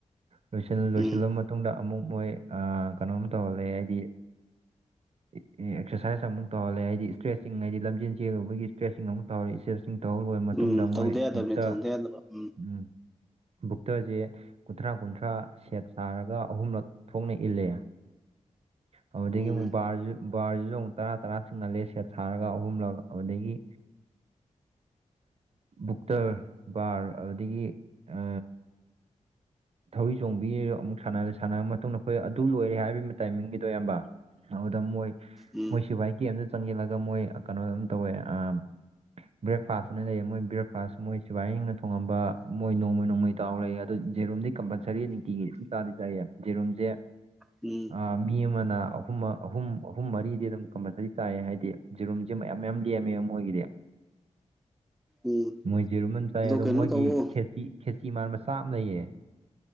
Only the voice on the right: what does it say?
ꯂꯣꯏꯁꯤꯜ ꯂꯣꯏꯁꯤꯜꯂꯕ
ꯃꯇꯨꯡꯗ ꯑꯃꯨꯛ ꯃꯣꯏ ꯑ ꯀꯩꯅꯣꯝ ꯇꯧꯍꯜꯂꯦ ꯍꯥꯏꯗꯤ <inaudible> ꯑꯦ ꯑꯦꯛꯁꯔꯁꯥꯏꯁ ꯑꯃꯨꯛ ꯇꯧꯍꯜꯂꯦ ꯍꯥꯏꯗꯤ ꯏꯁꯇꯔ꯭ꯦꯆꯤꯡ ꯍꯥꯏꯗꯤ ꯂꯝꯖꯦꯜ ꯆꯦꯜꯂꯨꯕꯒꯤ ꯏꯁꯇ꯭ꯔꯦꯠꯁꯤꯡ ꯑꯃꯨꯛ ꯇꯧꯔꯦ ꯏꯁ ꯆꯤꯡ ꯇꯧ ꯂꯣꯏꯔ ꯃꯇꯨꯡꯗ
ꯃꯣꯏ
ꯑꯃꯨꯛꯇ
ꯎ ꯕꯨꯛꯇꯔꯖꯦ ꯀꯨꯟꯊ꯭ꯔꯥ ꯀꯨꯟꯊ꯭ꯔꯥ ꯁꯦꯠ ꯁꯥꯔꯒ ꯑꯍꯨꯝꯂꯛ ꯊꯣꯛꯅ ꯏꯜꯂꯦ ꯑꯗꯨꯗꯒꯤ
ꯑꯃꯨꯛ ꯕꯥꯔꯖꯨ ꯕꯥꯔꯖꯤꯖꯨ ꯑꯃꯨꯛ ꯇꯔꯥ ꯇꯔꯥ ꯆꯤꯡꯍꯜꯂꯦ ꯁꯦꯠ ꯁꯥꯔꯒ ꯑꯍꯨꯝꯂꯛ ꯑꯗꯨꯗꯒꯤ ꯕꯨꯛꯇꯔ ꯕꯥꯔ ꯑꯗꯨꯗꯒꯤ ꯑ ꯊꯧꯔꯤ ꯆꯣꯡꯕꯤ ꯑꯃꯨꯛ ꯁꯅꯍꯜꯂꯦ ꯁꯥꯟꯅꯔ ꯃꯇꯨꯡꯗ ꯑꯩꯈꯣꯏ ꯑꯗꯨ ꯂꯣꯏꯔꯦ ꯍꯥꯏꯕꯒꯤ ꯑꯃ ꯇꯥꯏꯃꯤꯡꯒꯤꯗꯣ ꯏꯌꯥꯝꯕ ꯑꯗꯨꯗ ꯃꯣꯏ
ꯃꯣꯏ ꯁꯤꯕꯥꯏ ꯀꯦꯝꯗꯨꯗ ꯆꯪꯖꯤꯜꯂꯒ ꯃꯣꯏ ꯀꯩꯅꯣꯝ ꯇꯧꯋꯦ ꯑꯝ ꯕ꯭ꯔꯦꯛꯐꯥꯁ ꯑꯅ ꯂꯩꯌꯦ ꯃꯣꯏ ꯕ꯭ꯔꯦꯛꯐꯥꯁ ꯃꯣꯏ ꯁꯤꯕꯥꯥꯏꯁꯤꯡꯅ ꯊꯣꯡꯉꯝꯕ ꯃꯣꯏ ꯅꯣꯡꯃꯩ ꯅꯣꯡꯃꯩ ꯆꯥꯎ ꯂꯩꯌꯦ ꯑꯗꯣ ꯖꯦꯔꯨꯝꯗꯤ ꯀꯝꯄꯜꯁꯔꯤ ꯅꯨꯡꯇꯤꯒꯤ ꯑꯗꯨꯝ ꯆꯥꯗꯤ ꯆꯥꯏꯌꯦ ꯖꯦꯔꯨꯝꯖꯦ
ꯑ ꯃꯤ ꯑꯃꯅ ꯑꯍꯨꯝ ꯑꯍꯨꯝ ꯑꯍꯨꯝ ꯃꯔꯤꯗꯤ ꯑꯗꯨꯝ ꯀꯝꯄꯜꯁꯔꯤ ꯆꯥꯏꯌꯦ ꯍꯥꯏꯗꯤ ꯖꯤꯔꯨꯝ ꯖꯦ ꯃꯌꯥꯝ ꯃꯌꯥꯝ ꯂꯦꯝꯃꯦ ꯃꯣꯏꯒꯤꯗꯤ
ꯃꯣꯏ ꯖꯦꯔꯨꯝ ꯌꯥꯝ ꯆꯥꯏ ꯑꯗꯣ
ꯃꯣꯏꯒꯤ
ꯈꯦꯆꯤ ꯈꯦꯆꯤꯃꯥꯟꯕ ꯆꯥꯛ ꯑꯃ ꯂꯩꯌꯦ